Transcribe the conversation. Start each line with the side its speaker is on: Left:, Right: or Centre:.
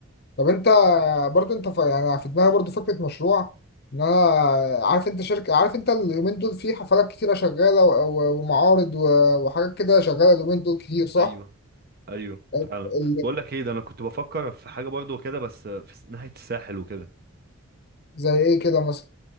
Left: طب انت برضو انت ف... يعني في دماغي برضو فكره مشروع ان انا عارف انت شركه عارف انت اليومين دول في حفلات كتيره شغاله و... و... ومعارض و... وحاجات كده شغاله اليومين دول كتير صح؟
Right: ايوه ايوه
Left: ال...
Right: فعلا
Left: ال...
Right: بقول لك ايه ده انا كنت بفكر في حاجه برضه كده بس في س- ناحيه الساحل وكده
Left: زي ايه كده مثلا